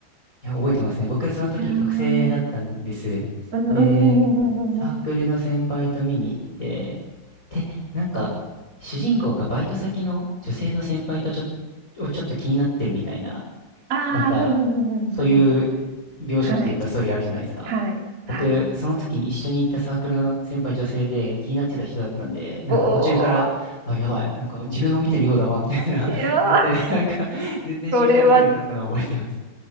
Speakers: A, on the left (about 15°); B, on the right (about 20°).
A: いや、覚えてますね。僕、その時学生だったんです。
B: いやー、うんうんうんうんうんうん。
A: で、サークルの先輩と見に行って、で、なんか、主人公がバイト先の女性の先輩とちょっ、をちょっと気になってるみたいな、
B: ああ、
A: なんか、
B: うんうんうんうんうん
A: そういう描写っていうかストーリーあるじゃないですか。
B: はい。はい。
A: 僕、
B: はい。
A: その時に一緒に行ったサークルの先輩女性で気になってた人だったんで、なんか途中から、
B: おお、
A: あ、やばい、なんか自分を見てるようだわ、みたいな、<laughs>
B: いやー、
A: なって、なんか、全然集中できなかったのを覚えてます。
B: それは、ああ、